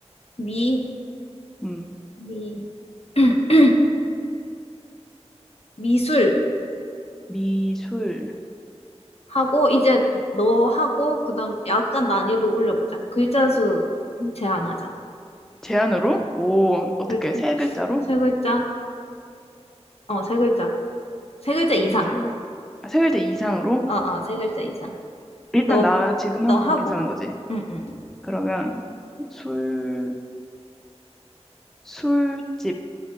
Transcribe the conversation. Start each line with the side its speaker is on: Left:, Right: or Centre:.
Left: 미,
Centre: 음
Left: 미, <clears throat> 미술
Centre: 미술
Left: 하고, 이제 너 하고, 그 다음 약간 난이도 올려보자. 글자 수 제한하자.
Centre: 제안으로 오 어떻게
Left: 글자,
Centre: 세 글자로
Left: 세 글자, 어, 세 글자. 세 글자 이상.
Centre: 세 글, 아, 세 글자 이상으로
Left: 어, 어, 세 글자 이상.
Centre: 일단
Left: 너,
Centre: 나 지금
Left: 너
Centre: 하는
Left: 하고.
Centre: 건 괜찮은 거지.
Left: 응, 응.
Centre: 그러면 술 술집